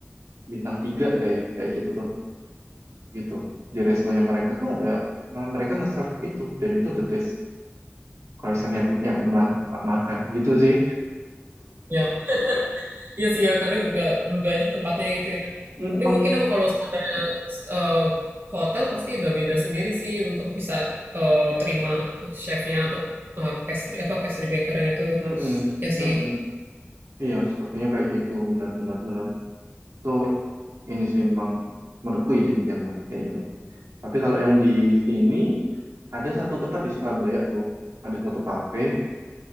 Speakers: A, on the right; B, on the right.
A: bintang tiga kayak kayak gitu tuh gitu di restonya mereka tuh ada malah mereka nge-serve itu dan itu the best croissant yang yang pernah tak makan gitu sih
B: ya. Iya sih ya, kadang nggak terduga aja tempatnya gitu ya.
A: Mm-mm.
B: Tapi mungkin emang kalau standarnya eh, hotel pasti udah beda sendiri sih untuk bisa eh, terima chefnya atau eh, pastry apa pastry bakernya itu.
A: Mm-mm.
B: Ya sih.
A: Mm-mm. Iya, sepertinya kayak gitu, benar-benar benar. Itu ini sih memang menurutku hidden gem lah kayak gitu. Tapi kalau yang di sini ada satu tempat di Surabaya tuh, ada satu cafe,